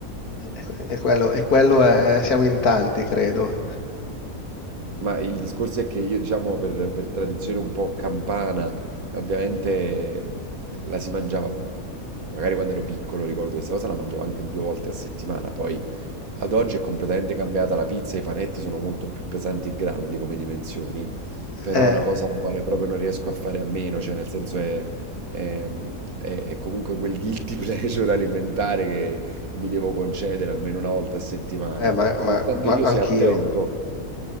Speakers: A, on the left; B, on the right.
A: e e quello, e quello è- siamo in tanti, credo.
B: Ma il discorso è che io, diciamo, per, per tradizione un po' campana, ovviamente mh, la si mangiava, mh, magari quando ero piccolo ricordo questa cosa, la mangiavo anche due volte a settimana, poi ad oggi è completamente cambiata la pizza, i panetti sono molto più pesanti e grandi come dimensioni, però
A: Eh,
B: è una cosa la quale proprio non riesco a fare a meno, cioè nel senso è, è- è- è comunque quel guilty <laughs> pleasure alimentare che mi devo concedere almeno una volta a settimana,
A: Eh, ma, ma-
B: nonostante
A: ma
B: io
A: anch'io.
B: sia attento,